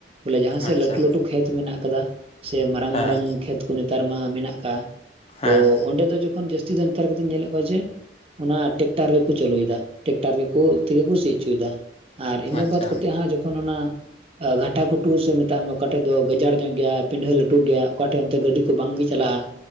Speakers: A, on the right; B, on the left.
A: ᱵᱚᱞᱮ ᱡᱟᱦᱟᱸ ᱥᱮᱫ
B: ᱟᱪᱪᱷᱟ
A: ᱞᱟᱹᱴᱩ ᱞᱟᱹᱴᱩ ᱠᱷᱮᱛ ᱢᱮᱱᱟᱜ ᱠᱟᱫᱟ ᱥᱮ ᱢᱟᱨᱟᱝ
B: ᱦᱮᱸ
A: ᱢᱟᱨᱟᱝ ᱠᱷᱮᱛ ᱠᱚ ᱱᱮᱛᱟᱨ ᱢᱟ ᱢᱮᱱᱟᱜ ᱟᱠᱟᱫ ᱾
B: ᱦᱮᱸ
A: ᱛᱚ ᱚᱸᱰᱮ ᱫᱚ ᱡᱚᱠᱷᱚᱱ ᱡᱟᱹᱥᱛᱤ ᱫᱚ ᱱᱮᱛᱟᱨ ᱠᱟᱛᱮᱧ ᱧᱮᱞᱮᱫ ᱠᱚᱣᱟ ᱡᱮ ᱚᱱᱟ ᱴᱮᱠᱴᱟᱨ ᱜᱮᱠᱚ ᱪᱟᱹᱞᱩᱭᱮᱫᱟ ᱴᱮᱠᱴᱟᱨᱠᱚ ᱛᱮᱜᱮ ᱠᱚ ᱥᱤ ᱦᱚᱪᱚᱭᱮᱫᱟ ᱾ ᱟᱨ ᱤᱱᱟᱹ
B: ᱟᱪᱪᱷᱟ
A: ᱵᱟᱫ ᱠᱟᱛᱮ ᱦᱟᱸᱜ ᱡᱚᱠᱷᱚᱱ ᱚᱱᱟ ᱜᱷᱟᱴᱟ ᱜᱷᱩᱴᱩ ᱥᱮ ᱢᱮᱛᱟᱜ ᱢᱮ ᱚᱠᱟᱴᱷᱮᱡ ᱫᱚ ᱜᱟᱡᱟᱲ ᱧᱚᱜ ᱭᱟ ᱯᱤᱰᱷᱟᱹ ᱞᱟᱹᱴᱩ ᱜᱮᱭᱟ ᱚᱠᱟ ᱴᱷᱮᱱ ᱚᱱᱛᱮ ᱜᱟᱹᱰᱤ ᱠᱚ ᱵᱟᱝᱜ ᱜᱮ ᱪᱟᱞᱟᱜᱼᱟ